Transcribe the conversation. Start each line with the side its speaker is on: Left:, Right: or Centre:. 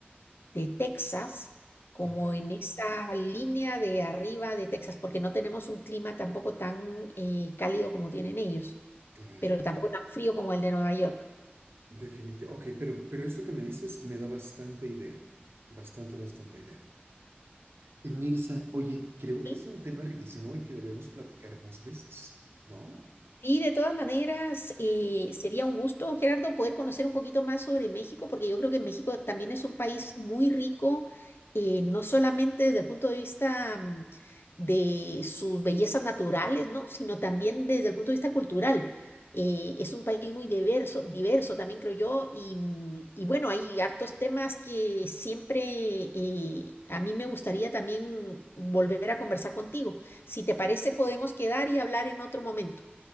Left: de Texas, como
Right: Claro,
Left: en esa línea de arriba de Texas, porque no tenemos un clima tampoco tan eh, cálido como tienen ellos,
Right: claro.
Left: pero tampoco tan frío como el de Nueva York.
Right: Definitivo. Ok, pero, pero esto que me dices me da bastante idea, bastante, bastante idea. Y Mirza, oye, creo
Left: ¿sí?
Right: que es un tema riquísimo y que debemos platicar más veces, ¿no?
Left: Sí, de todas maneras, eh, sería un gusto, Gerardo, poder conocer un poquito más sobre México, porque yo creo que México también es un país muy rico, eh, no solamente desde el punto de vista mm, de sus bellezas naturales, ¿no? Sino también desde el punto de vista cultural. Eh, es un país muy diverso, diverso también creo yo, y, mm, y bueno, hay hartos temas que siempre eh, a mí me gustaría también volver a conversar contigo. Si te parece, podemos quedar y hablar en otro momento.